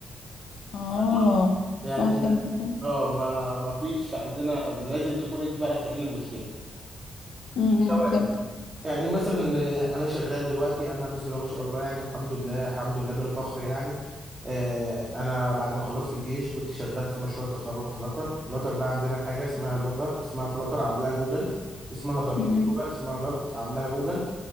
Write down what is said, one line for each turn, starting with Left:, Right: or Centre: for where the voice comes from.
Left: اه
Right: فاهمة يعني
Left: اه
Right: ما...
Left: فهمت فهمت
Right: اه ما ما فيش عندنا لازم تكون انت تعرف تحل المشكلة
Left: امم إمم،
Right: ده واحد
Left: فهمت
Right: يعني مثلا آه، انا شغال دلوقتي انا بسم الله ما شاء الله يعني الحمد لله الحمد لله بلا فخر يعني آه، انا بعد ما خلصت الجيش كنت شغال في مشروع التخرج فلاتر فلاتر ده عندنا حاجه اسمها لغه اسمها فلاتر عاملاها جوجل اسمها دارت
Left: امم
Right: لغه اسمها دارت عاملاها جوجل